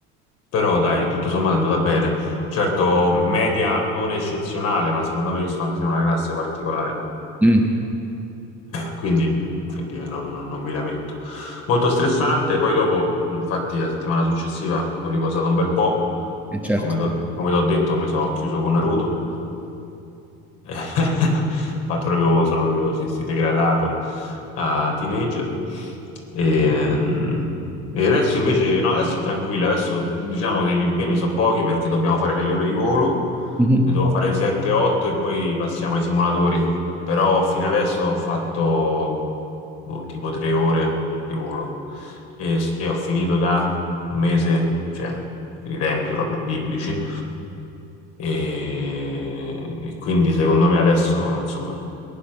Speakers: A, on the left; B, in the centre.
A: Però dai, tutto sommato è andata bene. Certo, media non eccezionale, ma secondo me io sto anche in una classe particolare.
B: Mm,
A: Quindi, quindi non, non- non mi lamento. Molto stressante, poi dopo, infatti, la settimana successiva ho riposato un bel po',
B: eh, certo.
A: come t'ho come t'ho detto, mi sono chiuso con Naruto <laughs> fatto proprio, sono proprio sì, sì, degradato a teenager. E, e adesso invece, no, adesso è tranquilla, adesso diciamo che gli impegni sono pochi perché dobbiamo fare delle ore di volo,
B: Mhm.
A: ne devo fare 7-8 e poi passiamo ai simulatori. Però fino adesso ho fatto boh, tipo 3 ore di volo e, e ho finito da un mese, cioè, quindi tempi proprio biblici. E, e quindi secondo me adesso, insomma,